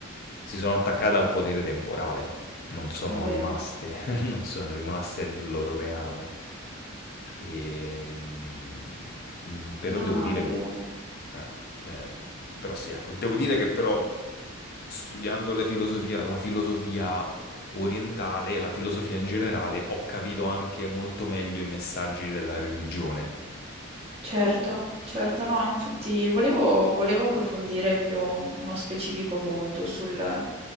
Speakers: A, on the left; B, on the right.
A: si sono attaccate al potere temporale, non sono
B: è vero.
A: rimaste non sono rimaste nel loro reame. E, mm, però
B: No,
A: devo
B: no,
A: dire,
B: è vero.
A: eh, eh, però sì, ecco, devo dire che però studiando la filosofia, la filosofia orientale e la filosofia in generale ho capito anche molto meglio i messaggi della religione.
B: Certo, certo, no, infatti volevo, volevo approfondire più un- uno specifico punto sul,